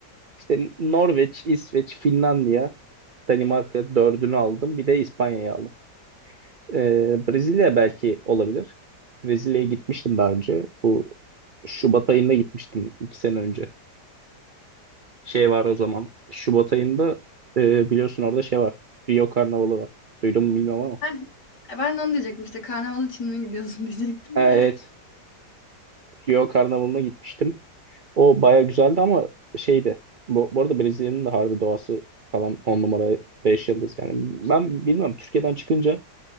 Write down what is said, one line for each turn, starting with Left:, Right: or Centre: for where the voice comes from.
Right: İşte Norveç, İsveç, Finlandiya, Danimarka dördünü aldım. Bir de İspanya'yı aldım. Ee, Brezilya belki olabilir. Brezilya'ya gitmiştim daha önce. Bu Şubat ayında gitmiştim iki sene önce. Şey var o zaman. Şubat ayında e, biliyorsun orada şey var. Rio Karnavalı var. Duydun mu bilmiyorum ama.
Left: Heh, e, ben de onu diyecektim işte, karnaval için mi gidiyorsun <laughs> diyecektim
Right: Ha,
Left: de.
Right: evet. Rio Karnavalı'na gitmiştim. O baya güzeldi ama şeydi. Bu, bu arada Brezilya'nın da harbi doğası falan on numara beş yıldız. Yani ben bilmiyorum Türkiye'den çıkınca